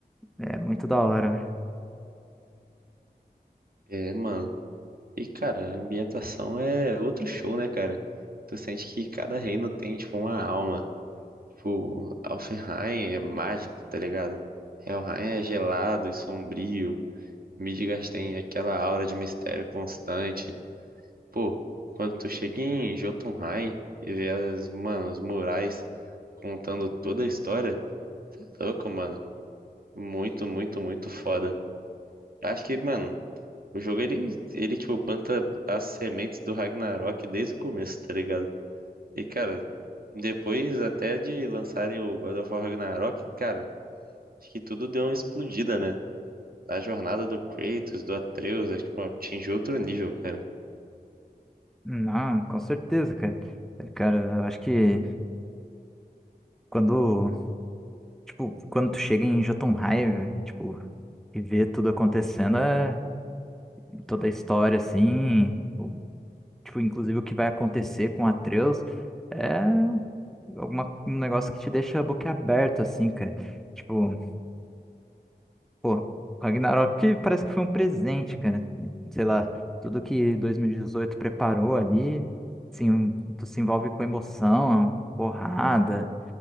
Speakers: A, in the centre; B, on the right.
A: É muito da hora, né?
B: É, mano. E, cara, a ambientação é outro show, né, cara? Tu sente que cada reino tem, tipo, uma alma. Tipo, Alfheim é mágico, tá ligado? Helheim é gelado e sombrio. Midgard tem aquela aura de mistério constante. Pô, quando tu chega em Jotunheim e vê as, mano, os murais contando toda a história, cê é louco, mano. Muito, muito, muito foda. Acho que, mano, o jogo ele, ele tipo planta as sementes do Ragnarok desde o começo, tá ligado? E, cara, depois até de lançarem o God of War Ragnarok, cara, acho que tudo deu uma explodida, né? A jornada do Kratos, do Atreus, é, tipo, atingiu outro nível, cara.
A: Não, com certeza, cara. É, Cara, eu acho que quando, tipo, quando tu chega em Jotunheim, tipo, e vê tudo acontecendo, é toda a história, assim, o- tipo, inclusive o que vai acontecer com Atreus, é alguma, um negócio que te deixa a boca aberta, assim, cara. Tipo, Pô, Ragnarok que parece que foi um presente, cara. Sei lá, tudo que 2018 preparou ali, sim, tu se envolve com emoção, porrada,